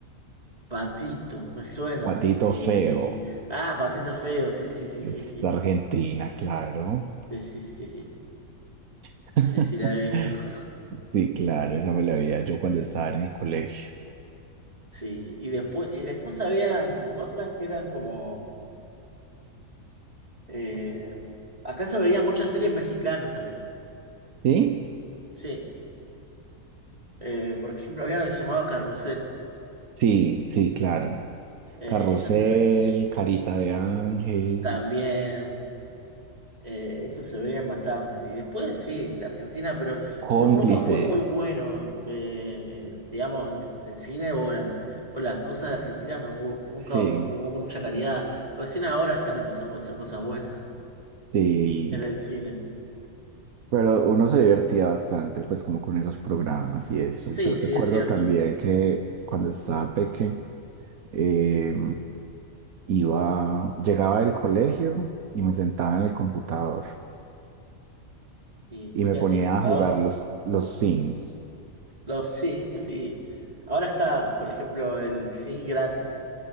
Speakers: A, on the right; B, on the right.
A: Patito, me suena.
B: Patito
A: Eh,
B: Feo.
A: Ah, Patito Feo, sí, sí, sí, sí,
B: Es
A: sí.
B: Argentina, claro.
A: Sí, sí, sí, sí.
B: <laughs>
A: Sí, sí, la he visto. <laughs>
B: Sí, claro, esa me la veía yo cuando estaba en el colegio.
A: Sí. Y después, y después habían otras que eran como. eh, Acá se veían muchas series mexicanas también.
B: ¿Sí?
A: Sí. Eh, por ejemplo, había una que se llamaba Carrusel.
B: Sí, sí, claro.
A: Eh,
B: Carrusel,
A: esa se ve
B: Carita de Ángel,
A: también. Eh, eso se veía bastante. Y después sí, de Argentina, pero
B: Cómplices,
A: nu- nunca fue muy bueno, eh, eh, digamos, el cine o, la- o las cosas de Argentina, no hubo- nunca
B: sí,
A: hubo mucha calidad. Recién ahora están empezando a hacer cosas buenas
B: sí.
A: <laughs> en el cine.
B: Pero uno se divertía bastante, pues, como con esos programas y eso.
A: Sí,
B: Yo
A: sí,
B: recuerdo
A: es cierto.
B: también que cuando estaba peque, eh, iba, llegaba del colegio y me sentaba en el computador
A: ¿Y,
B: y
A: y
B: me
A: qué
B: ponía
A: hacías? ¿Jugabas?
B: a jugar los, los Sims.
A: No, <laughs> sí, sí. Ahora está, por ejemplo, el cine gratis,